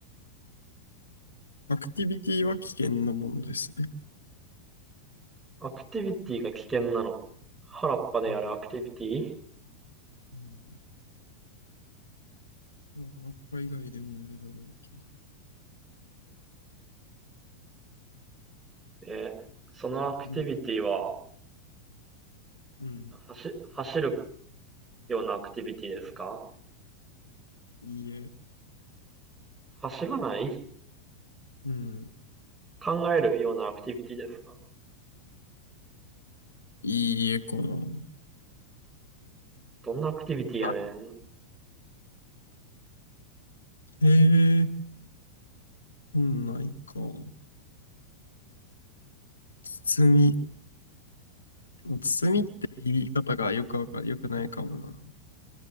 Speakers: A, on the left (about 75°); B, on the right (about 15°).
A: アクティビティは危険なものですね。
B: アクティビティが危険なの原っぱでやるアクティビティ
A: うん。うん。葉っぱ以外でもやるだろうけど。
B: え、そのアクティビティは、
A: みうん。
B: 走、走るようなアクティビティですか
A: いいえ。
B: 走らない
A: うん。
B: 考えるようなアクティビティですか
A: いいえかな。
B: どんなアクティビティやねん
A: あへえ、そんないか。包み。包みって言い方がよくわか、よくないかもな。